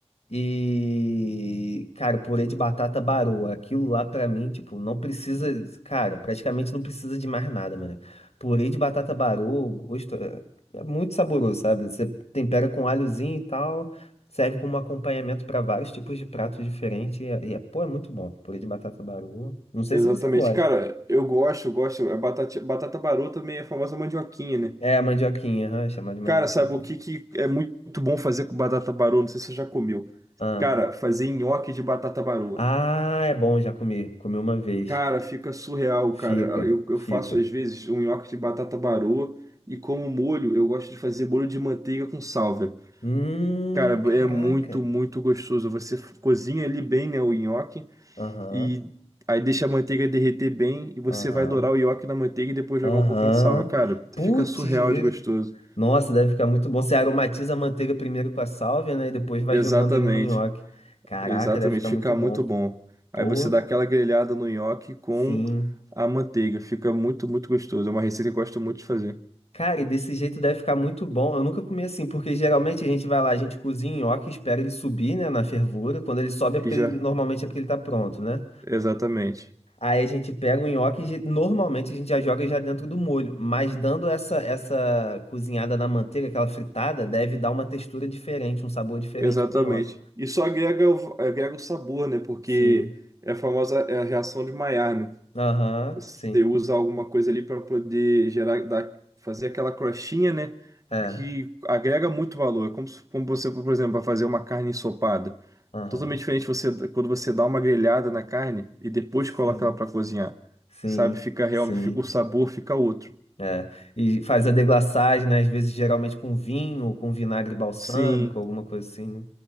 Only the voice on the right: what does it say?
Exatamente.
Cara, eu gosto, eu gosto. A batata, batata barô também é a famosa mandioquinha, né?
Cara, sabe
o que, que é muito bom fazer com batata barô? Não sei se você já comeu.
Cara, fazer nhoque de batata baroa.
Cara, fica surreal,
cara. Eu, eu
faço às vezes um nhoque de batata baroa e como molho, eu gosto de fazer molho de manteiga com sálvia.
Cara,
é muito, muito gostoso. Você f- cozinha ali bem, né, o nhoque
e aí deixa a manteiga derreter bem e você
vai dourar o nhoque na manteiga e depois
jogar um pouquinho de salva. Cara,
fica surreal
de gostoso.
Exatamente.
Exatamente,
fica
muito bom. Aí
você dá aquela grelhada no nhoque com
a manteiga. Fica muito, muito gostoso. É uma receita que eu gosto muito de fazer.
E já,
exatamente.
Exatamente.
Isso agrega, o- agrega o sabor, né? Porque
é a famosa é a reação de Maillard, né?
você
usa alguma coisa ali para poder gerar, dar, fazer aquela crostinha, né?
Que agrega muito valor. É como, se- como você, por exemplo, vai fazer uma carne ensopada.
Totalmente diferente você quando você dá uma grelhada na carne e depois coloca
ela para cozinhar.
Sabe? Fica realmente,
o sabor fica outro.
Sim.